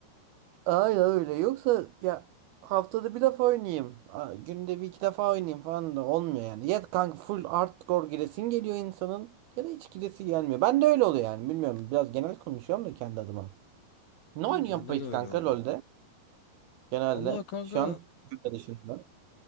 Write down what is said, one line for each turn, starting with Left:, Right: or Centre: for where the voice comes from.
Right: Ay öyle. Yoksa ya haftada bir defa oynayayım. Aa, Günde bir iki defa oynayayım falan da olmuyor yani. Ya kanka full hardcore giresin geliyor insanın ya da hiç giresi gelmiyor. Ben de öyle oluyor yani. Bilmiyorum biraz genel konuşuyorum da kendi adıma. Ne
Left: Valla
Right: oynuyorsun
Left: bende
Right: peki
Left: de öyle
Right: kanka
Left: oluyor.
Right: LoL'de? Genelde.
Left: Allah kanka
Right: Şu an Türkiye dışında.